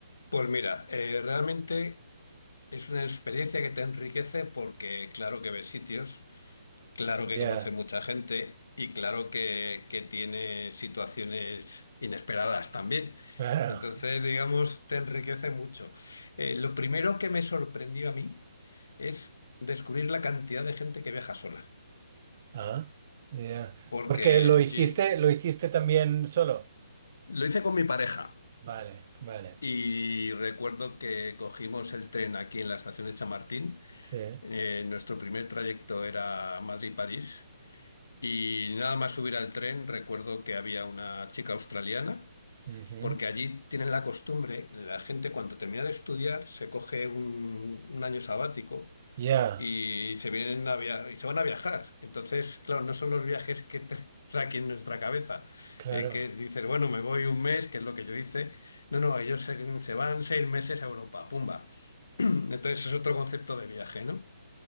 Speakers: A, on the left; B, on the right.
A: Pues mira, eh, realmente es una experiencia que te enriquece porque claro que ves sitios. Claro
B: Ya,
A: que conoce mucha gente y claro que, que tiene situaciones inesperadas también.
B: claro.
A: Entonces, digamos, te enriquece mucho. Eh, lo primero que me sorprendió a mí es descubrir la cantidad de gente que viaja sola.
B: Ah, ya.
A: Porque
B: Porque lo hiciste,
A: yo-
B: lo hiciste también solo.
A: lo hice con mi pareja
B: Vale, vale.
A: y recuerdo que cogimos el tren aquí en la estación de Chamartín.
B: Sí.
A: Eh, nuestro primer trayecto era Madrid-París. Y nada más subir al tren, recuerdo que había una chica australiana,
B: ujú.
A: porque allí tienen la costumbre, la gente cuando termina de estudiar se coge un, un año sabático
B: Ya,
A: y se vienen a via- y se van a viajar. Entonces, claro, no son los viajes que tenemos <laughs> aquí en nuestra cabeza,
B: claro.
A: eh, que dices, bueno, me voy un mes, que es lo que yo hice. No, no, ellos se, se van seis meses a Europa, pumba. <clears throat> Entonces es otro concepto de viaje, no